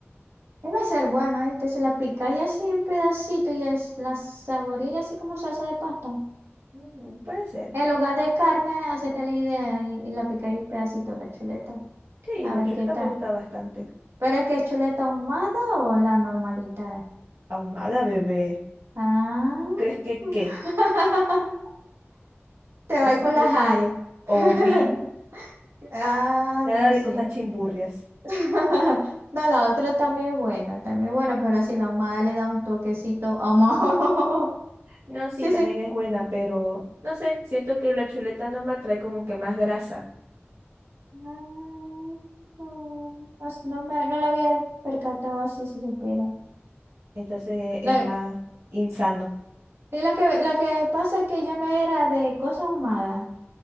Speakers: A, on the right; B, on the right.
A: debe ser bueno, este se la pica y así en pedacito y es, la saboría así como salsa de pasta.
B: Ujú, puede ser.
A: En lugar de carne, hacete la idea y, y la picáis en pedacito la chuleta.
B: Sí,
A: A
B: la
A: ver
B: chuleta
A: qué tal.
B: me gusta bastante.
A: ¿Pero es que es chuleta ahumada o la normalita?
B: Ahumada, bebé.
A: Ah.
B: ¿Tú crees que
A: <laughs>
B: qué?
A: Te
B: Excuse
A: va a ir por la high.
B: me. O
A: <laughs>
B: vi
A: Ah,
B: nada
A: no,
B: de
A: sí.
B: cosas chimburrias.
A: <laughs> No, la otra también es buena, también es buena, pero si la ahumada le da un toquecito ahumado. <laughs>
B: No, sí,
A: Sí,
B: también
A: sí.
B: es buena, pero no sé, siento que la chuleta normal trae como que más grasa,
A: Ah, No, no, s- no me, no la había percatado así si supiera.
B: entonces
A: La-
B: es más insano.
A: y lo que, lo que pasa es que yo no era de cosas ahumadas.